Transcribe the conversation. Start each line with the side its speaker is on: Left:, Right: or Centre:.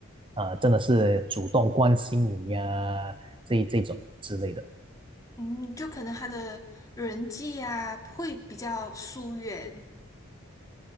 Right: 呃真的是主动关心你呀、这这种之类的。
Left: 嗯，就可能他的人际啊会比较疏远，